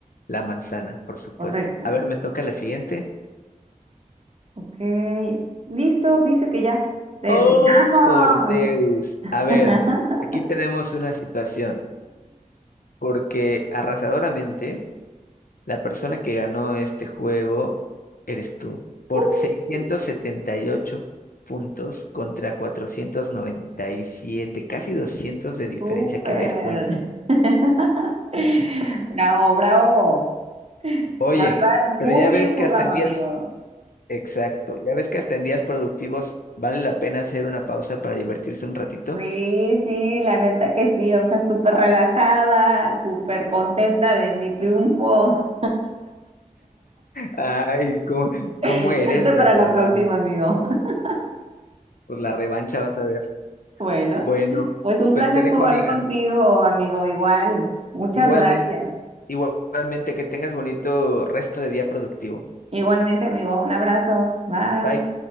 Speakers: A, on the left (about 85°); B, on the right (about 45°).
A: La manzana, por supuesto.
B: Correcto.
A: A ver, me toca la siguiente.
B: Ok, listo, dice que ya terminamos.
A: Oh, por Deus.
B: <laughs>
A: A ver, aquí tenemos una situación, porque arrasadoramente la persona que ganó este juego eres tú, por
B: Ujú.
A: 678 puntos contra cuatrocientos noventa y siete casi 200 de diferencia.
B: Súper.
A: Qué vergüenza.
B: <laughs> Bravo, bravo.
A: Oye.
B: La verdad,
A: Pero
B: muy
A: ya
B: bien
A: ves que
B: jugado,
A: hasta en días
B: amigo.
A: Exacto. Ya ves que hasta en días productivos vale la pena hacer una pausa para divertirse un ratito.
B: Sí, sí, la neta que sí. O sea, súper relajada, súper contenta de mi triunfo.
A: Ay, ¿cómo, cómo
B: <laughs>
A: eres
B: Suerte
A: de
B: para
A: verdad?
B: la próxima, amigo. <laughs>
A: Pues la revancha vas a ver.
B: Bueno,
A: Bueno,
B: pues un placer
A: pues te dejo,
B: jugar
A: amiga.
B: contigo, amigo. Igual. Muchas
A: Igualmente,
B: gracias.
A: igualmente que tengas bonito resto de día productivo.
B: Igualmente, amigo. Un abrazo. Bye.
A: Bye.